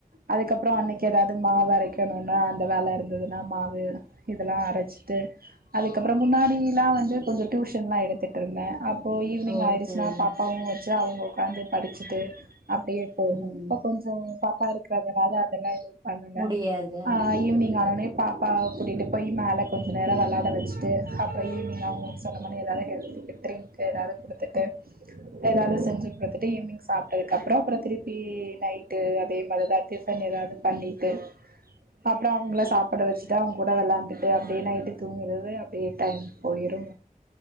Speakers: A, on the right; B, on the right.
A: அதுக்கப்புறம் அன்னைக்கு எதாவது மாவு அரைக்கணும்னா அந்த வேலை இருந்ததுன்னா மாவு இதெல்லாம் அரைச்சிட்டு அதுக்கப்புறம் முன்னாடிலாம் வந்து கொஞ்சம் டியூஷன்லாம் எடுத்துட்டு இருந்தேன் இப்போ ஈவினங்
B: ஓ
A: ஆயிடுச்சுனா
B: சேரிங்க
A: பாப்பாவும் வச்சு அவ உக்காந்து படிச்சு டு அப்ப எப்ப
B: ம்
A: இப்ப கொஞ்சோ பாப்பா இருக்க அதனால அதெல்லாம் இல்ல பண்ணல
B: முடியாது ஆ
A: ஆஹ் ஈவி்னிங் ஆனனே பாப்பாவை கூட்டிகிட்டு போய் மேலே கொஞ்சம் நேரம் விளையாட வச்சிட்டு அப்புறம் ஈவினிங் அவங்க சொன்ன மாரி எதாவது ஹெல்த்தி ட்ரிங்க்கு எதாவது கொடுத்துட்டு எதாவது செஞ்சு குடுத்துட்டு ஈவினிங் சாப்பிட்டதுக்க அப்றோம் திருப்பி நைட்டு அதேமாதிரி தான் டிஃபன் எதாவது பண்ணிட்டு அப்புறம் அவங்கள சாப்பிட வச்சுட்டு அவங்க கூட விளையாண்டுட்டு அப்டின்னு ஆயிட்டு தூங்கறது அப்டியே டைம் போயிடும்